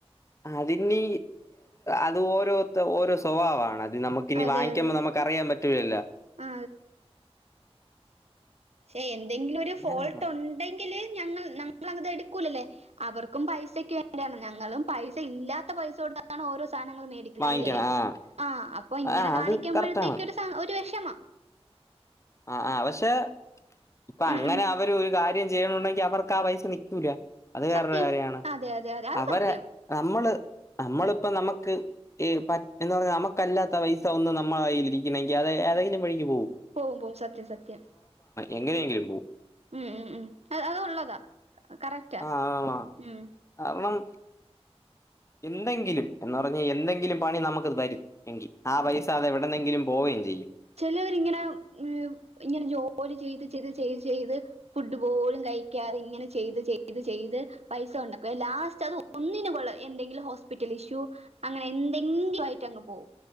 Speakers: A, on the left; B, on the right.
A: അതിനെ അത് ഓരോരുത്തര് ഓരോ സ്കൂൾ സ്വഭാവമാണ് അത് നമുക്കിനി
B: അതെ
A: വാങ്ങിക്കുമ്പോൾ
B: അതെ
A: നമുക്ക് അറിയാൻ പറ്റില്ലല്ലോ
B: ആ ശെ എന്ത് എന്തെങ്കിലും ഒരു
A: അങ്ങനെയൊക്കെണ്ട്
B: ഫോൾട്ട് ഉണ്ടെങ്കിൽ ഞങ്ങൾ ഞമ്മളത് എടുക്കുകയില്ലല്ലോ അവർക്കും പൈസക്ക് വേണ്ടിയാണ് ഞങ്ങളും പൈസ ഇല്ലാത്ത പൈസ കൊടുത്താണ് ഓരോ സാ സാനങ്ങൾ മേടിക്കണ
A: വാങ്ങിക്കണം
B: അല്ലേ
A: ആഹ്
B: ആ അപ്പൊ ഇങ്ങനെ
A: ആഹ്
B: കാണിക്കുമ്പൊഴത്തേക്കു
A: അത് കറക്റ്റാണ്
B: ഒരു സ ഒരു വെഷ റ്റമ്മാ
A: ആഹ് ആഹ് പക്ഷെ പ്പൊ
B: ഉം
A: അങ്ങനെ
B: ഉം
A: അവര് ഒരു കാര് ര്യം ചെയ്യണുണ്ടെങ്കി അവർക്ക് ആ പൈസ നിക്കൂല്ല അത് വേറൊരു
B: സത്യം
A: കാര്യാണ്
B: അതെ അതെ അതെ അത്
A: അവരെ
B: സത്യം
A: നമ്മള് നമ്മള്പ്പോ നമ്മക് ക്ക് ഈ പറ്റ് നമുക്കല്ലാത്ത പൈസ ഒന്ന് നമ്മളായ്യില് ഇരിക്കിണെങ്കി അത് ഏതേങ്കിലും വഴിക്ക് പോവും
B: പോവും പോവും സത്യം സത്യം
A: എങ്ങനെയെങ്കിലും പോവും
B: ഉം ഉം ഉം അത് ഉള്ളതാ കറക്റ്റ
A: ആഹ്
B: ഉം
A: കാരണം എന്തെങ്കിലും എന്ന് പറഞ്ഞാ യെന്തെങ്കിലും പണി നമുക്ക് തരും എങ്കി ആ പൈസ അത് എവ്ടന്നെങ്കിലും പോവേം ചെയ്യും
B: ചെലവര് ഇങ്ങന മ് ഇങ്ങനെ ജോലി ചെയ്ത് ചെയ്ത് ചെയ് ചെയ്ത് ഫുഡ് പോലും കഴിക്കാതെ ഇങ്ങനെ ചെയ്ത് ചെയ്ത് ചെയ്ത് പൈസ ഒണ്ടാക്കുവെ ലാസ്റ്റ് അത് ഒന്നിനു കൊള്ള എന്തെങ്കിലും ഹോസ്പിറ്റൽ ഇഷ്യൂ അങ്ങനെ എന്തെങ്കിലും ആയിറ്റ് അങ്ങ് പോവും